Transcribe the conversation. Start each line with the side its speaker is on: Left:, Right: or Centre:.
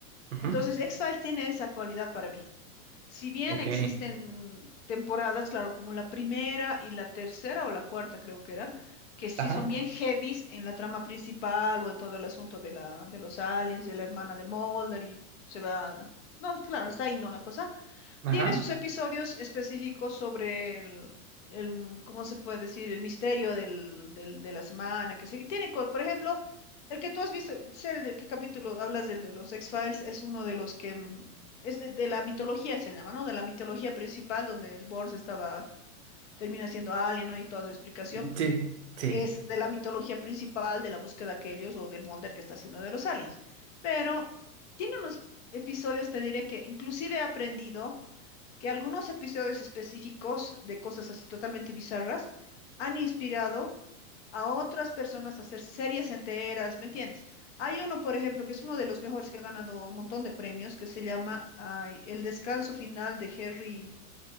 Right: Ajá.
Left: Entonces, X-Files tiene esa cualidad para mí. Si bien
Right: Ok.
Left: existen temporadas, claro, como la primera y la tercera o la cuarta creo que eran, que sí
Right: Ajá.
Left: son bien heavies en la trama principal o en todo el asunto de la, de los aliens, de la hermana del Mulder y se va... No, claro, está ahí, ¿no? La cosa.
Right: Ajá.
Left: Tiene sus episodios específicos sobre el, el, ¿cómo se puede decir? El misterio del, del- de la semana, que sí. Tiene, co- por ejemplo, el que tú has visto, sé de qué capítulo hablas del de los X-Files, es uno de los que mm, es de, de la mitología, se llama, ¿no? De la mitología principal, donde el Borns estaba, termina siendo alien, ¿no? Y toda su explicación.
Right: Sí. Sí.
Left: Es de la mitología principal de la búsqueda de ellos o del Mulder que está haciendo de los aliens. Pero tiene unos episodios, te diré que inclusive he aprendido que algunos episodios específicos de cosas así totalmente bizarras han inspirado a otras personas a hacer series enteras, ¿me entiendes? Hay uno, por ejemplo, que es uno de los mejores que ha ganado un montón de premios, que se llama ay, El descanso final de Harry,